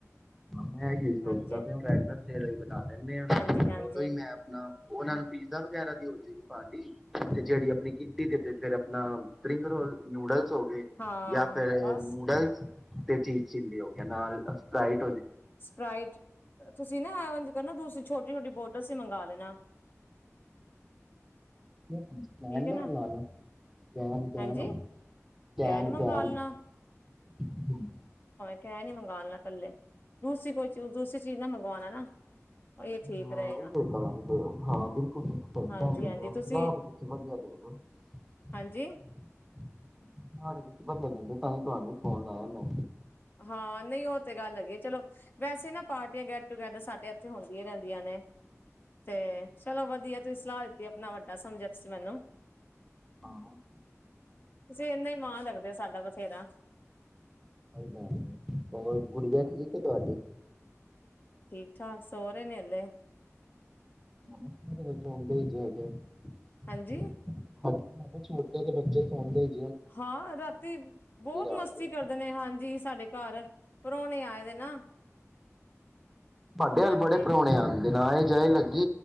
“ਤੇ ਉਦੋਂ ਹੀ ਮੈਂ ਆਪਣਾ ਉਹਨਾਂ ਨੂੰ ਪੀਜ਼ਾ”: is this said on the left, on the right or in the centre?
Centre